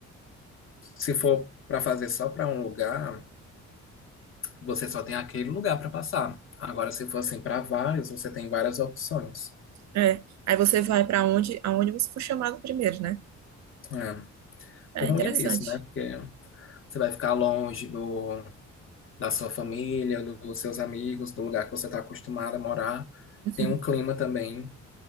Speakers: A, on the left; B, on the right.
A: se for para fazer só para um lugar, você só tem aquele lugar para passar. Agora, se for assim para vários, você tem várias opções.
B: é. Aí você vai para onde, aonde você for chamado primeiro, né?
A: É. O
B: É
A: ruim
B: interessante.
A: é isso, né? Porque você vai ficar longe do, da sua família, dos seus amigos, do lugar que você está acostumado a morar.
B: Uhum.
A: Tem um clima também.